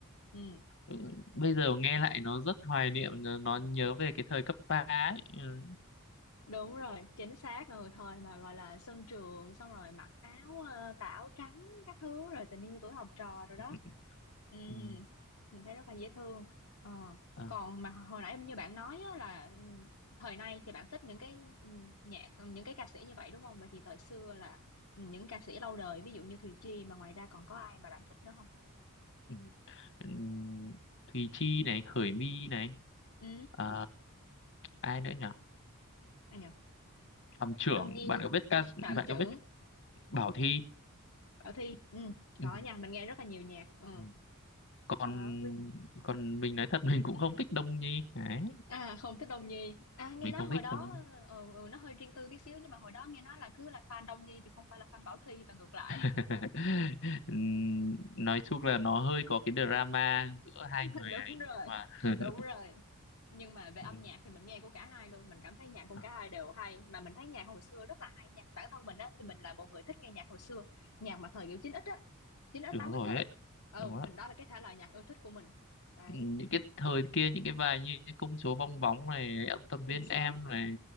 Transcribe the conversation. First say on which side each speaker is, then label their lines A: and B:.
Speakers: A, on the left; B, on the left.
A: Ừ.
B: Ừ, Bây giờ nghe lại nó rất hoài niệm nó nó nhớ về cái thời cấp ba ấy. Ừ.
A: đúng rồi chính xác ừ thời mà gọi là sân trường xong rồi mặc áo ờ, tà áo trắng các thứ rồi tình yêu tuổi học trò rồi đó
B: <laughs>
A: ừ
B: Ừ, ừ,
A: mình thấy rất là dễ thương ờ
B: ờ,
A: còn mà hồi nãy như bạn nói á, là ừ, thời nay thì bạn thích những cái ừ, nhạc ừ, những cái ca sĩ như vậy đúng không vậy thì thời xưa là ừ, những ca sĩ lâu đời ví dụ như Thùy Chi mà ngoài ra còn có ai mà bạn thích nữa không
B: ừ. Ừ, Thùy Chi này Khởi My này
A: ừ
B: à, ai nữa nhỉ?
A: ai nhờ
B: Phạm Trưởng
A: Đông Nhi
B: bạn có biết ca
A: Phạm
B: bạn
A: trưởng
B: có biết Bảo Thy
A: Bảo Thi ừ
B: ừ.
A: có nha mình nghe rất là nhiều nhạc ừ
B: ừ. còn
A: có
B: còn mình nói thật <laughs> mình cũng không thích đông nhi đấy
A: À không thích Đông Nhi À nghe
B: mình
A: nói
B: không
A: hồi
B: thích
A: đó
B: đông
A: ừ, ừ, Nó hơi riêng tư tí xíu Nhưng mà hồi đó nghe nói là cứ là fan Đông Nhi Thì không phải là fan Bảo Thy và ngược lại
B: <laughs> Ừm, nói chung là nó hơi có cái drama giữa hai
A: <laughs>
B: người
A: Đúng
B: ấy
A: rồi
B: nhưng mà <laughs>
A: Đúng rồi Nhưng mà về
B: Ừ,
A: âm nhạc thì mình nghe của cả hai luôn Mình cảm thấy nhạc của
B: à,
A: cả hai đều hay Mà mình thấy nhạc hồi xưa rất là hay nha Bản thân mình á thì mình là một người thích nghe nhạc hồi xưa Nhạc mà thời kiểu chín x á chín x
B: đúng
A: tám
B: rồi
A: x á
B: ấy
A: Ừ
B: đúng đó
A: mình đó là cái thể loại nhạc ưa thích của mình Đấy
B: những cái thời kia những cái bài như cái công chúa bong bóng này ông tầm
A: Chính
B: viên
A: xác
B: em này